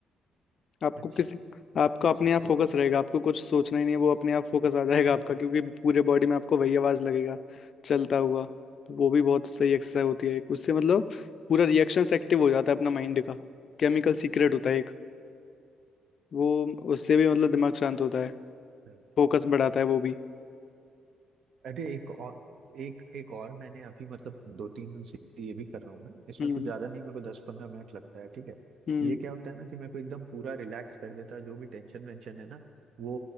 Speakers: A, on the left; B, on the right.
A: आपको
B: अच्छा।
A: किसी आपका
B: अच्छा
A: अपने आप
B: ठीक
A: फोकस
B: है
A: रहेगा आपको कुछ सोचना ही नहीं है वो अपने आप फोकस आ जाएगा आपका क्योंकि पूरे बॉडी में आपको वही आवाज लगेगा चलता हुआ तो वो भी बहुत सही एक्सरसाइज होती है एक उससे मतलब पूरा रिएक्शन एक्टिव हो जाता है अपना माइंड का केमिकल सीक्रेट होता है एक वो उससे भी मतलब दिमाग शांत होता है
B: हाँ, ठीक
A: फोकस
B: है
A: बढ़ाता है वो भी
B: अरे एक और एक एक और मैंने अभी मतलब दो तीन दिन से ये भी कर रहा हूँ मैं इसमें
A: हम्म
B: कुछ ज्यादा नहीं मेरे को दस पंद्रह मिनट लगता है ठीक है
A: हम्म
B: ये क्या होता है ना कि मेरे को एकदम पूरा रिलैक्स कर देता है जो भी टेंशन वेंशन है ना वो